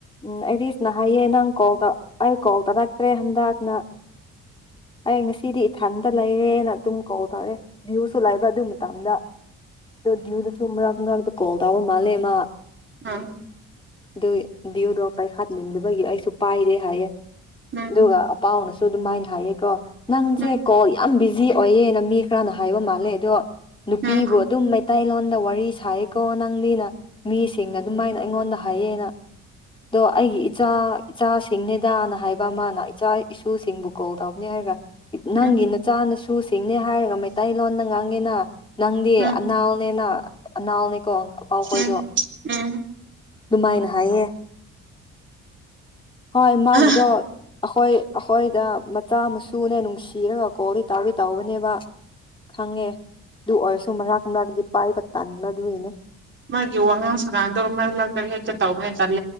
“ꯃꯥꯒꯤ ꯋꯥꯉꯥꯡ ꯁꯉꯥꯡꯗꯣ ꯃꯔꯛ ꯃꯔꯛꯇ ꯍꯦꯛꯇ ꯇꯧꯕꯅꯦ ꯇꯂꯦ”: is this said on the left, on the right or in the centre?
Right